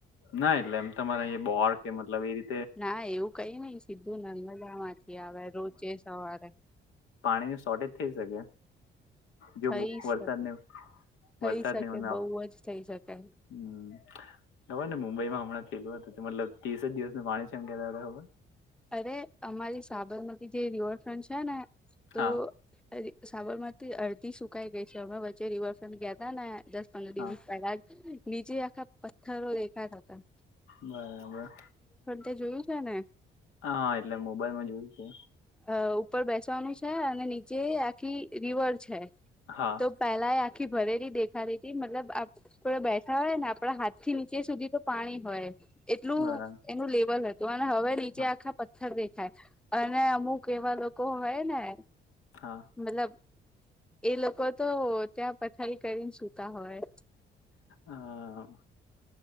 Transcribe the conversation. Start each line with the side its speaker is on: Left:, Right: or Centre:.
Left: ના એટલે એમ તમારે બોર કે મતલબ એ રીતે
Centre: ના એવું કઈ નઈ સીધુ નર્મદા માંથી આવે રોજે સવારે
Left: પાણી ન શોર્ટેજ થઈ શકે જો
Centre: થઈ
Left: વરસાદને
Centre: શકે થઈ
Left: વરસાદની
Centre: શકે
Left: આવા
Centre: બહુ જ થઈ શકે
Left: હમ ખબર ને મુંબઈમાં હમં થેલુ હતું મતલબ ત્રીસ જ દિવસનું પાણી છે એમ કેતા તા ખબર
Centre: અરે અમારી સાબરમતી જે રિવરફ્રન્ટ છે ને તો
Left: હા
Centre: અ સાબરમતી અડધી સુકાઈ ગઈ છે અમે વચ્ચે રિવરફ્રન્ટ ગ્યાતા ને દસ પંદર
Left: હા
Centre: દિવસ પહેલા જ નીચે આખા પથ્થરો દેખાતા તા
Left: બરાબર
Centre: તે જોયુ છે ને
Left: હા હા એટલે મોબાઈલમા જોયુ તુ
Centre: અ ઉપર બેસવાનુ છે અને નીચે આખી રિવર છે
Left: હા
Centre: તો પેલા આખી ભરેલી દેખાતી તી મતલબ આપ ડે બેઠા હોય ને આપણા હાથ થી નીચે સુધી તો પાણી હોય એટલુ
Left: બરાબર
Centre: એનુ લેવલ હતુ અને હવે નીચે
Left: હા
Centre: આખા પથ્થર દેખાય અને અમુક એવા લોકો હોય ને
Left: હા
Centre: મતલબ એ લોકો તો ત્યાં પથારી કરીને સુતા હોય
Left: હા